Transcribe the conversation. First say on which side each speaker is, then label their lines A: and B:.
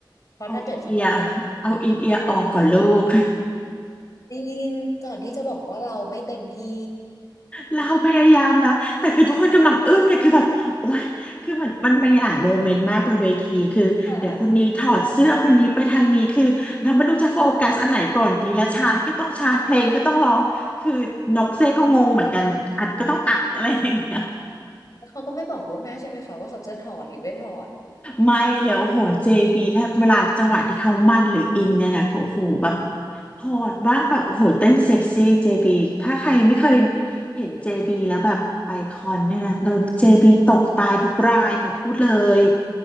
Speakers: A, on the left (about 45°); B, on the left (about 20°).
A: เพราะถ้าเกิดข้างนอกเขาแบบ
B: เอาอินเอียร์เอาอินเอียร์ออกก่อนลูก
A: เออ จริงก่อนที่จะบอกว่าเราไม่เต็มที่
B: เราพยายามแล้วแต่คือทุกคนกำลังอึ้งเนี่ยคือแบบโอ๊ยคือมันมันมีหลายโมเมนต์มากบนเวทีคือเดี๋ยวคนนี้ถอดเสื้อคนนี้ไปทางนี้คือเราไม่รู้จะโฟกัสอันไหนก่อนดีและชานก็ต้องชานเพลงก็ต้องร้องคือนกเซก็งงเหมือนกันอัดก็ต้องอัดอะไรอย่าง
A: ค่ะเขาก็ไม่บอกล่วงหน้าใช่ไหมคะว่าเขาจะถอดหรือไม่ถอด
B: ไม่เลยโอ้โหเจบีถ้าเวลาจังหวะที่เขามันหรืออินเนี่ยนะโอ้โหแบบโอดบ้างแบบโอ้โหเต้นเซ็กซี่เจบีถ้าใครไม่เคยเห็นเจบีแล้วแบบไปคอนเนี่ยนะโดนเจบีตกตายทุกรายค่ะพูดเลย